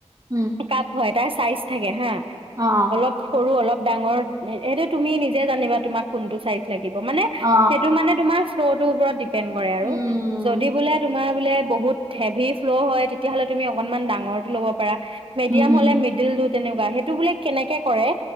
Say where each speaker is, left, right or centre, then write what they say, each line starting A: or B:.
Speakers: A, on the right; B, on the right.
A: উম।
B: কাপ হয়। তাৰ চাইজ থাকে হা।
A: অ অ
B: অলপ সৰু, অলপ ডাঙৰ সেইটো তুমি নিজে জানিবা তোমাক কোনটো চাইছ লাগিব মানে
A: অ অ
B: সেইটো মানে তোমাৰ ফ্লৰ টো ওপৰত দি দ্বিপেন কৰে আৰু‌
A: উম
B: যদি বোলে তোমাৰ যদি বোলে বহুত হেভী ফ্ললৰ হয় তেতিয়া হলে তুমি আকমণ ডাঙৰ টো ল'ব পাৰা মেডিয়াম
A: উম উম
B: হ'লে ডেভিল দু তেনেকুৱা সেইটো বোলে কেনেকে কৰে?